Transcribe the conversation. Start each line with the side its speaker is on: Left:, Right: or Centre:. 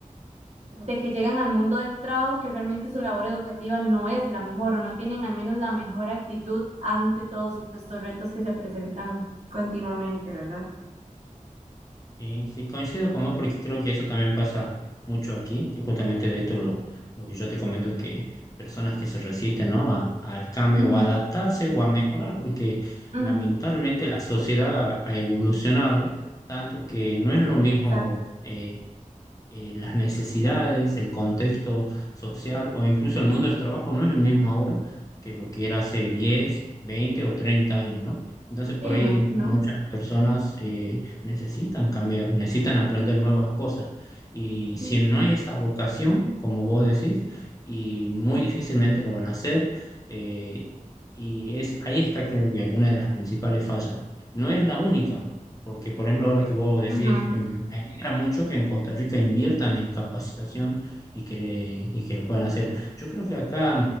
Right: de que llegan al mundo del trabajo que realmente su labor educativa no es la mejor o no tienen al menos la mejor actitud ante todos estos retos que se presentan continuamente, ¿verdad?
Left: Sí, sí, coincido con vos porque creo que eso también pasa mucho aquí, y justamente de esto lo, lo que yo te comento, que personas que se resisten, ¿no? a- al cambio
Right: Ujú,
Left: o a adaptarse o a mejorar, porque
Right: ujú.
Left: lamentablemente la sociedad ha evolucionado tanto que no es lo mismo.
Right: Exacto.
Left: eh, eh, las necesidades, el contexto social o incluso el mundo del trabajo no es el mismo ahora que lo que era hace 10, 20 o 30 años, ¿no? Entonces por
Right: Sí,
Left: ahí
Right: no, no,
Left: muchas personas eh, necesitan cambiar, necesitan aprender nuevas cosas. Y si
Right: sí.
Left: no hay esa vocación, como vos decís, y muy difícilmente lo van a hacer, eh, y es, ahí está creo que una de las principales fallas. No es la única, porque, por ejemplo, ahora que vos decís,
Right: Ujú,
Left: em, me alegra mucho que en Costa Rica inviertan en capacitación y que, y que lo puedan hacer. Yo creo que acá